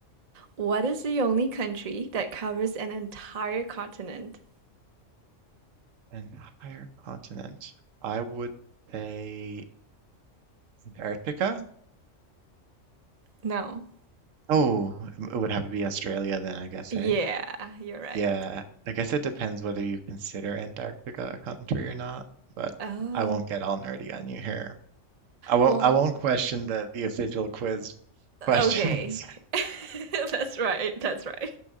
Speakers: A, on the right (about 45°); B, on the right (about 80°).
A: What is the only country that covers an entire continent?
B: An entire continent. I would say Antarctica.
A: No.
B: Oh, it would have to be Australia then, I guess,
A: Yeah,
B: eh?
A: you're right.
B: Yeah, I guess it depends whether you consider Antarctica a country or not, but
A: Oh.
B: I won't get all nerdy on you here. I won't
A: Well,
B: I won't question the the official quiz questions.
A: okay.
B: <laughs>
A: <laughs> That's right. That's right.